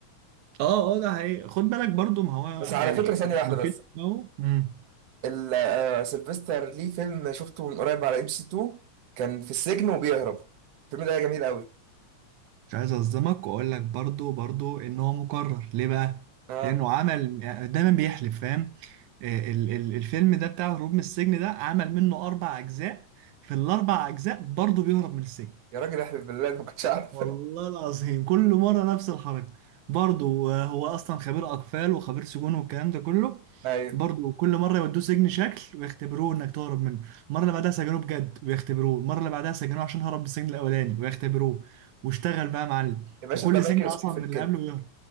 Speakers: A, on the right; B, on the right.
A: اه اه ده حقيقي خد بالك برضو ما هو
B: بس على
A: يعني
B: فكره ثانيه واحده
A: نقيض
B: بس
A: اهو مم.
B: ال- آه، سيلفستر ليه فيلم شفته من قريب على ام سي 2 كان في السجن وبيهرب الفيلم ده جميل
A: مش عايز اصدمك واقول لك برضو برضو ان هو مكرر ليه بقى
B: قوي
A: لانه عمل دايما بيحلف فاهم آه، ال- ال- الفيلم ده بتاع هروب من السجن ده عمل منه اربع اجزاء في الاربع اجزاء برضو بيهرب من السجن
B: يا راجل احلف بالله انا ما كنتش عارف
A: والله العظيم كل مرة نفس الحركة برضه آه، هو أصلا خبير أقفال وخبير سجون والكلام ده كله
B: ايوه
A: برضه كل مرة يودوه سجن شكل ويختبروه إنك تهرب منه المرة اللي بعدها سجنوه بجد ويختبروه المرة اللي بعدها سجنوه عشان هرب من السجن الأولاني ويختبروه واشتغل بقى يا معلم
B: يا باشا
A: وكل
B: ده مايكل
A: سجن أصعب
B: سكيفيلد
A: من اللي
B: كده
A: قبله ويهرب